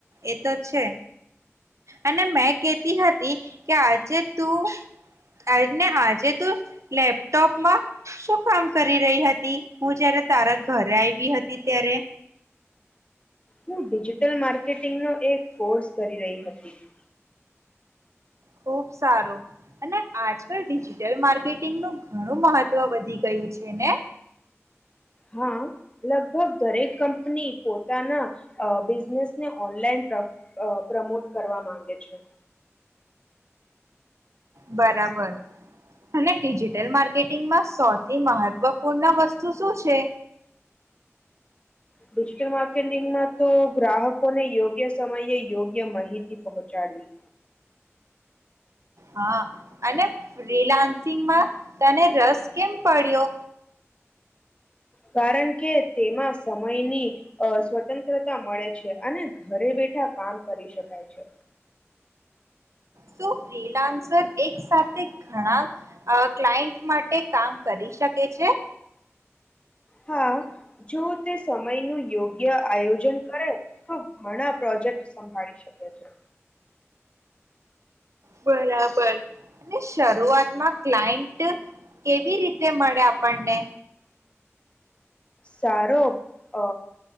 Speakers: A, on the right; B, on the left.
A: એતો છે. અને મેં કેતી હતી કે આજે. તુ આજને આજે તું લેપટોપમાં શું કામ કરી રહી હતી હું જય્યારે તારા ઘરે આવી હતી ત્યારે.
B: હું ડિજિટલ માર્કેટ એક કોર્સ કરી રહી હતી. હમ્મ.
A: ખુબ સારું અને આજકાલ ડિજિટલ માર્કેટિંગનું ઘણું મહત્વ વધી ગયું છે ને.
B: હા લગભગ દરેક કંપની પોતાના અ બિઝનેસને ઓનલાઈન અ પ્રમોટ કરવા માંગે છે.
A: બરાબર અને ડિજિટલ માર્કેટ માં સૌથી મહત્વપૂર્ણ વસ્તુ શું છે?
B: ડિજિટલ માર્કેટિંગમાં તો ગ્રાહકોને યોગ્ય સમયે યોગ્ય માહિતી પહોંચાડવી.
A: હા અને ફ્રીલાન્સિંગમાં તને રસ કેમ પડ્યો?
B: કારણ કે તેમાં સમયની અ સ્વતંત્રતા મળે છે અને ઘરે બેઠા કામ કરી શકાય છે.
A: શું ફ્રીલાન્સર એક સાથે ઘણા અ ક્લાયન્ટ માટે કામ કરી શકે છે?
B: હા જો તે સમય નુ યોગ્ ય આયોજન કરે હા તો ઘણા પ્રોજેક્ટ સંભાળી શકે છે.
A: બરાબર અને શરૂઆતમાં ક્લાયન્ટ કેવી રીતે મળે આપણને?
B: સારો અ